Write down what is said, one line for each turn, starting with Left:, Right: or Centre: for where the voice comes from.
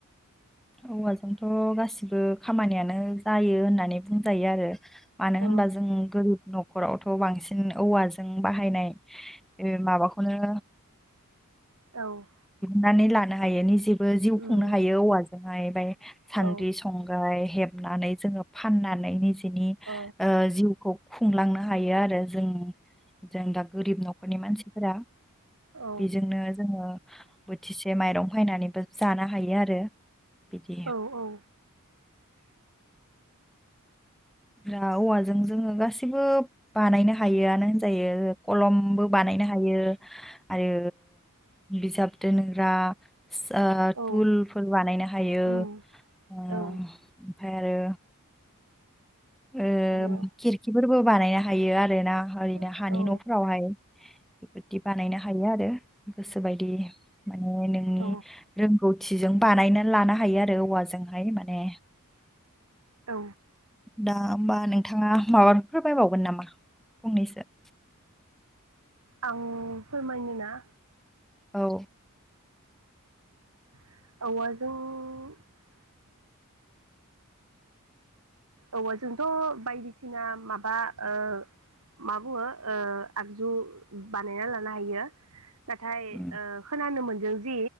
Centre: औवाजोंथ' गासिबो खामानियानो जायो होननानै बुंजायो आरो मानो
Right: अ
Centre: होनबा जों गोरि न'खरावथ' बांसिन औवाजों बाहायनाय ओ माबाखौनो
Right: औ।
Centre: नानै लानो हायोनि जि जिउ
Right: उम
Centre: खुंनो हायो
Right: औ
Centre: औवाजों बायबाय सानद्रि,
Right: औ
Centre: संग्राय हेबनानै जोङो फाननानै बिनि
Right: औ
Centre: ओ जिउखौ खुंलांनो हायो आरो जों जों दा गोरिब न'खरनि मानसिफोरा
Right: औ
Centre: बेजोंनो जोङो बोथिसे जे माइरं फायनानैबो जानो हायो आरो बिदि
Right: औ औ
Centre: दा औवाजों जोङो गासिबो बानायनो हायोआनो होनजायो कलमबो बानायनो हायो आरो बिजाब दोनग्रा सा
Right: औ
Centre: तुुलफोर बानायनो हायो
Right: उम
Centre: ओमफ्राय
Right: औ
Centre: आरो ओ
Right: आरो औ
Centre: खिरखिफोरबो बानायना थायो आरोना। ओरैनो
Right: औ
Centre: हानि
Right: औ
Centre: न'फोरावहाय बेबायदि बानायनो हायो आरो गोसोबायदि माने नोंनि
Right: औ
Centre: रोंगौथिजों बानायनानै लानो हायो आरो औवाजोंहाय माने
Right: औ।
Centre: दा होमबा नोंथाङा माबाफोर फोरमायबावगोन नामा फंनैसो
Right: आं फोरमायनो ना
Centre: औ।
Right: औवाजों औवाजोंथ' बायदिसिना माबा ओ मा बुङो ओ आगजु बानायना लानो हायो। नाथाय
Centre: उम
Right: ओ खोनानो मोन जोंदि